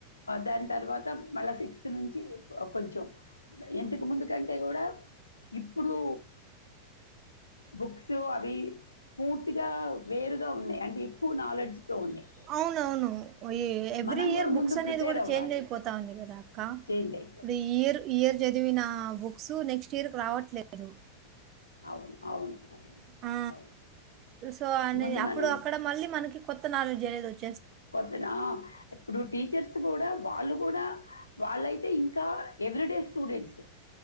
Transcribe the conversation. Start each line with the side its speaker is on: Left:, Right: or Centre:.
Left: దాని తర్వాత మళ్ళీ సిక్స్త్ నుంచి కొంచెం ఇంతకు ముందు కంటే కూడా ఇప్పుడు బుక్స్ అవి పూర్తిగా వేరుగా ఉన్నాయి అంటే ఎక్కువ నాలెడ్జ్ తో ఉన్నాయి
Right: అవునవును ఈ ఎవ్రీ
Left: మనం
Right: ఇయర్
Left: కూడా
Right: బుక్స్
Left: ముందు
Right: అనేది
Left: ప్రిపేర్
Right: కూడా
Left: అవ్వాలి
Right: చేంజ్ అయిపోతా ఉంది కదా అక్క
Left: చేంజ్ అయిపోతుంది
Right: ఇప్పుడు ఇయర్ ఇయర్ చదివిన బుక్స్ నెక్స్ట్ ఇయర్ రావట్లేదు
Left: అవును అవును అవును
Right: ఆ
Left: అవును
Right: సో అనే
Left: ముందు
Right: అప్పుడు
Left: మనం
Right: అక్కడ మళ్ళీ మనకి కొత్త నాలెడ్జ్ అనేది వచ్చు
Left: కొద్నా ఇప్పుడు టీచర్స్ కూడా వాళ్ళు కూడా వాళ్ళైతే ఇం కా ఎవ్రిడే స్టూడెంట్స్